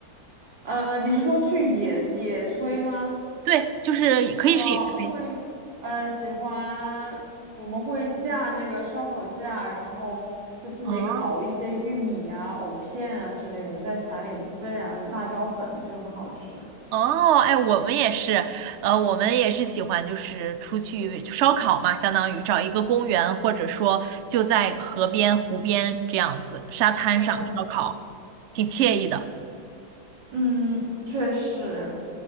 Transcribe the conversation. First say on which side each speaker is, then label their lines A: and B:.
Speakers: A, on the right; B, on the right.
A: 呃，你是说去野野炊吗？
B: 对，就是也可以是野炊。
A: 啊、会，呃，喜欢，我们会架那个烧烤架，然后就自己烤一些玉米啊、
B: 哦，
A: 藕片啊之类的，再撒点孜然、辣椒粉，就很好吃。
B: 哦，哎，我们也是，呃，我们也是喜欢就是出去就烧烤嘛，相当于找一个公园，或者说就在河边、湖边这样子，沙滩上烧烤，
A: 对，
B: 挺惬意的。
A: 嗯，确实，